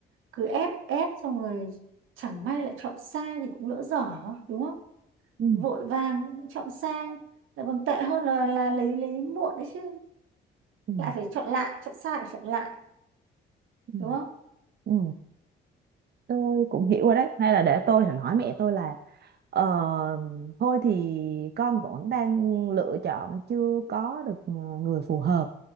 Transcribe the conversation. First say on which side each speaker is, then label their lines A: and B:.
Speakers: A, on the right; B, on the right.
A: cứ ép ép xong rồi chẳng may lại chọn sai thì cũng lỡ dở đúng không
B: ừ,
A: vội vàng chọn sai lại còn tệ hơn là là lấy lấy muộn đấy chứ
B: ừ,
A: lại phải chọn lại chọn sai phải chọn lại
B: ừ,
A: đúng không
B: ừ. tôi cũng hiểu rồi đấy hay là để tôi thành hỏi mẹ tôi là ờ, thôi thì con vẫn đang lựa chọn chưa có được ờ, người phù hợp